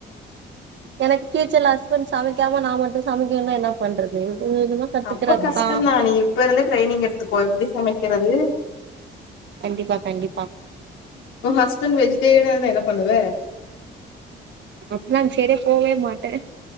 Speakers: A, on the right; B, on the left.
A: எனக்கு ஃப்யூச்சர்ல ஹஸ்பண்ட் சமைக்காம நா மட்டும் சமைக்கணுன்னா என்ன பண்றது வேக வேகமா கத்துக்கறத்துதா
B: அப்ப கஷ்டந்தா நீ இப்ப இருந்து ட்ரெய்னிங் எடுத்துக்கோ எப்டி சமைக்கிறது
A: கண்டிப்பா கண்டிப்பா
B: உ ஹஸ்பண்ட் வெஜிடேரியனா இருந்தா என்ன பண்ணுவ
A: அப்டின்னா அந்த சைடே போவே மாட்ட